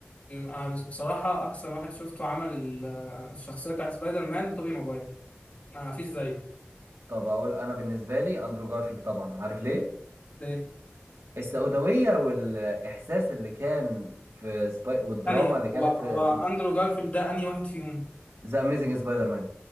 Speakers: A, on the left; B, on the right.
A: آه، بس- بصراحه احسن واحد شفته عمل ال- آه، الشخصيه بتاعت سبايدر مان توبي ماجواير ما آه فيش زيه
B: طب اقول انا بالنسبه لي اندرو جارفيلد طبعا عارف ليه
A: ليه؟
B: السوداويه والاحساس اللي كان في سباي... والدراما
A: ثانيه
B: اللي كانت
A: هو هو
B: في في
A: اندرو جارفيلد ده انهي واحد فيهم
B: ذا اميزنج سبايدر مان